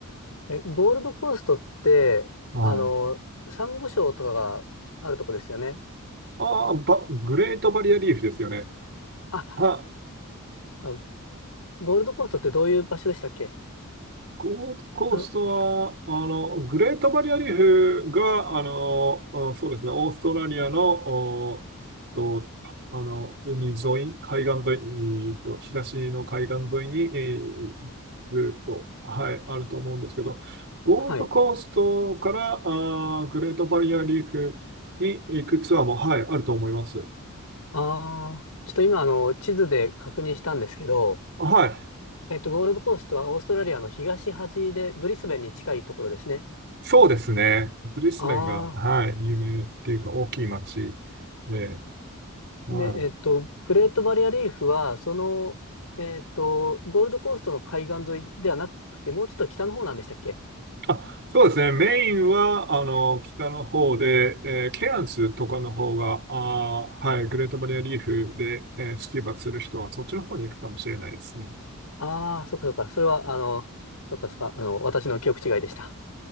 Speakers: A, on the left; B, on the right.
A: ー、え、ゴールドコーストって、
B: はい。
A: あの、サンゴ礁とかがあるとこですよね。
B: ああ、ばグレートバリアリーフですよね。
A: あ、
B: は、
A: あのゴールドコーストってどういう場所でしたっけ
B: ゴールドコーストは、
A: あ
B: あの、グレートバリアリーフが、あの、あそうですね、オーストラリアの、おと、あの、海沿い、海岸沿いに、えっと、東の海岸沿いに、えーずっと、はい、あると思うんですけど、ゴールドコーストから、
A: はい。
B: あー、グレートバリアリーフに行くツアーも、はい、あると思います。
A: ああ、ちょっと今、あの、地図で確認したんですけど、
B: はい、
A: えっと、ゴールドコーストはオーストラリアの東端で、ブリスベンに近いところですね。
B: そうですね。ブリスベンが、
A: あ
B: はい、
A: あ。
B: 有名っていうか、大きい街で、はい。
A: で、えっと、グレートバリアリーフは、その、えっと、ゴールドコーストの海岸沿いではなくて、もうちょっと北の方なんでしたっけ
B: あ、そうですね。メインは、あの、北の方で、えーケアンズとかの方が、あー、はい、グレートバリアリーフで、えースキューバする人は、そっちの方に行くかもしれないですね。
A: ああー、そっかそっか。それは、あの、そっかそっか、あの、私の記憶違いでした。